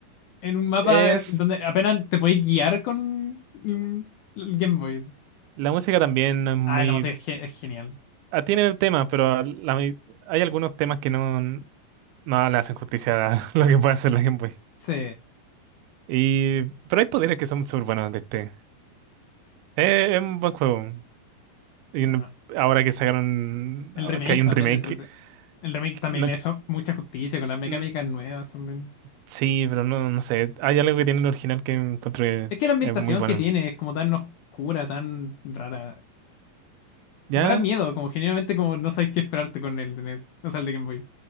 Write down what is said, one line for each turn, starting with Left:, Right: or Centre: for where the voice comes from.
Left: en un mapa
Right: es...
Left: donde apenas te podéis guiar con mm, el Game Boy.
Right: La música también es muy...
Left: Ah, el Amazon es, ge- es genial.
Right: ah, tiene temas, pero a la mi- hay algunos temas que no, no le hacen justicia a <laughs> lo que puede hacer la Game Boy.
Left: Sí.
Right: Y, pero hay poderes que son súper buenos de este. Eh, es un buen juego. Y
Left: Bueno,
Right: no- ahora que sacaron,
Left: el remake
Right: que hay un
Left: también
Right: remake,
Left: de 3D. El remake
Right: que
Left: también
Right: no-
Left: le hizo mucha justicia con las mecánicas
Right: mm,
Left: nuevas también.
Right: sí, pero no, no sé. Hay algo que tiene el original que encontré
Left: Es que la ambientación
Right: es muy bueno.
Left: que tiene es como tan oscura, tan rara.
Right: ¿Ya?
Left: Da miedo, como generalmente como no sabes qué esperarte con el de NES. O sea, el de Game Boy.